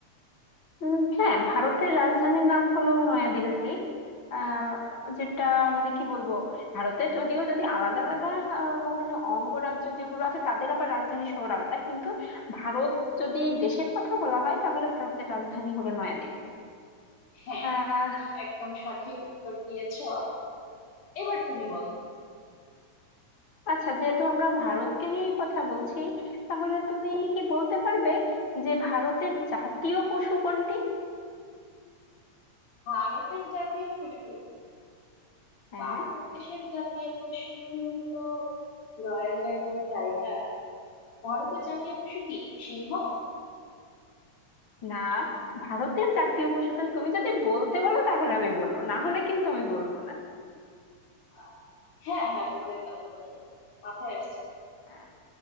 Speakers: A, on the left (about 45°); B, on the left (about 85°).
A: উম, হ্যাঁ ভারতের রাজধানীর নাম হলো নয়াদিল্লি আহ যেটা মানে কি বলবো ভারতের যদিও যদি আলাদা আলাদা আহ, মানে অঙ্গরাজ্য যেগুলো আছে তাদের আবার রাজধানী শহর আলাদা কিন্তু ভারত যদি দেশের কথা বলা হয় তাহলে ভারতের রাজধানী হলো নয়াদিল্লি
B: হ্যাঁ
A: আহ
B: কি একদম সঠিক উত্তর দিয়েছো এবার তুমি বলো
A: আচ্ছা যেহেতু আমরা ভারতকে নিয়ে কথা বলছি তাহলে তুমি কি বলতে পারবে যে ভারতের জাতীয় পশু কোনটি
B: ভারতের জাতীয় পশু
A: হ্যাঁ
B: বাংলাদেশের জাতীয় পশু তো রয়্যাল বেঙ্গল টাইগার ভারতের জাতীয় পশু কি সিংহ
A: না ভারতের জাতীয় পশু তাহলে তুমি যদি বলতে বলো তাহলে আমি বলবো না হলে কিন্তু আমি বলবো না
B: আহ, হ্যাঁ হ্যাঁ বলে দাও বলে দাও মাথায় আসছে না।
A: আহ,